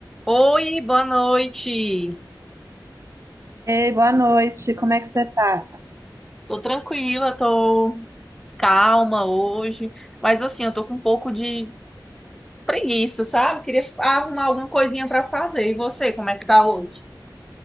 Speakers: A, in the centre; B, on the right (about 40°).
A: Oi, boa noite.
B: Ei, boa noite, como é que você tá?
A: Tô tranquila, tô calma hoje, mas assim, eu tô com um pouco de preguiça, sabe? Queria arrumar alguma coisinha pra fazer. E você, como é que tá hoje?